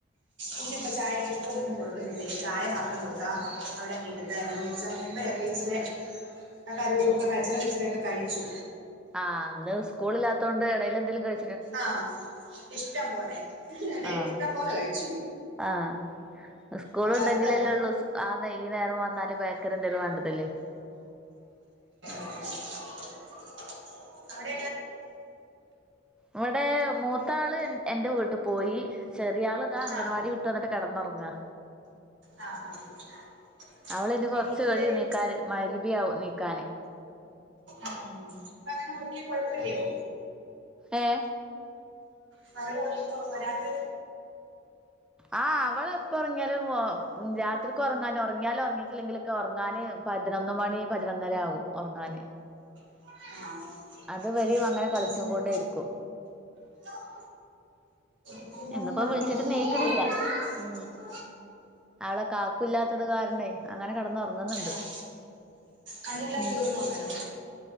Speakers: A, on the right; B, in the centre.
A: ഇന്ന് ഇപ്പൊ ചായക്ക് ഇപ്പൊന്നും കൊട്ക്കുന്നില്ല ഇപ്പ ചായ മാത്രം കൊട്ത്താ അവിടെങ്ങ് ഇര്ത്താ എന്തന്ന് വെച്ചാ മുമ്പേ <unintelligible> ഒക്ക അതുതൊക്കെ കച്ചറവിച്ചറോക്കെ കഴിച്ചു
B: ആഹ് ഇന്ന് സ്കൂള് ഇല്ലാത്തൊണ്ട് എടേലേന്തെലും കഴി
A: ആഹ് ഇഷ്ട്ടം പോലെ എടേല്
B: ആഹ്
A: ഇഷ്ട്ടം പോലെ കഴിച്ചു
B: ആഹ് സ്കൂള്
A: അപ്പൊ
B: ഉണ്ടെങ്കിലല്ലേ
A: അത് കാരണം
B: ഉള്ളൂ സ് ആന്നെ ഈ നേരം വന്നാല് ബേക്കറിന്തേലും വാണ്ടതുള്ളു ആഹ്
A: <unintelligible> വ്ടെ
B: ഇവടെ മൂത്താള് എ എന്റെ വീട്ട് പോയി ചെറിയാള് ഇതാ അംഗൻവാടി
A: ആ
B: വി ട്ട് വന്ന്ട്ട് കെടന്നൊറങ്ങുവ
A: ആ ആ ആ.
B: അവള്നി
A: പിന്നെ
B: കൊറച്ച്
A: ഇന്നത്തെ
B: കഴിയും നീക്കാന് <unintelligible> നീക്കാന്
A: ആഹ് കൊഴപ്പല്ല്യോ
B: ഏഹ്
A: കെടന്നൊറങ്ങിക്കോളുവൊ രാത്രി
B: ആഹ് അവള് എപ്പോ ഒറങ്ങിയാലും വോ രാ എത്രയ്ക്ക് ഒറങ്ങാനും ഒറങ്ങിയാലും ഉറങ്ങീട്ടില്ലേങ്കിലൊക്കെ ഒറങ്ങാന് പതിനൊന്ന് മണി പതിനൊന്നരാകും ഒറങ്ങാന്
A: ആഹ്
B: അത്
A: ഓക്കെ എന്നാ പിന്നെ
B: വരെയും അങ്ങനെ കളിച്ചു
A: അതേ സമയം
B: കൊണ്ടേയിരിക്കും
A: അപ്പൊ പിന്നെ
B: ഇന്നിപ്പോ
A: ഒന്ന് കിടന്ന് ഉറങ്ങുന്നോർത്ത്
B: വിളിച്ചിട്ട് നീക്കണില്ല
A: കുഴപ്പമില്ല
B: ഉ
A: ഉം
B: അവളെ കാ കൂളില്ലാത്തതു കാരണേ അങ്ങനെ കെടന്നൊർ പൊങ്ങ്ന്ന്ണ്ട്
A: ആഹ് പണിയെല്ലാം
B: ഉം
A: തീർന്നോ അന്നേരം